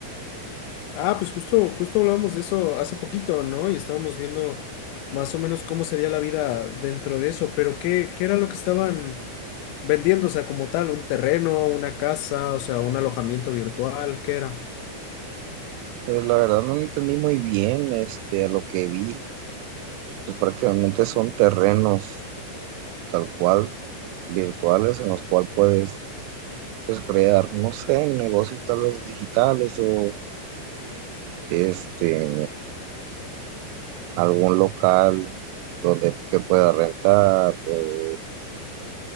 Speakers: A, on the left; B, on the right.
A: Ah, pues justo, justo hablamos de eso hace poquito, ¿no? Y estábamos viendo más o menos cómo sería la vida dentro de eso, pero ¿qué, qué era lo que estaban vendiendo? O sea, como tal, un terreno, una casa, o sea, un alojamiento virtual, ¿qué era?
B: Pues la verdad no entendí muy bien, este, a lo que vi, pues prácticamente son terrenos tal cual virtuales en los cuales puedes, pues, crear, no sé, negocios tal vez digitales o este, algún local donde que pueda rentar o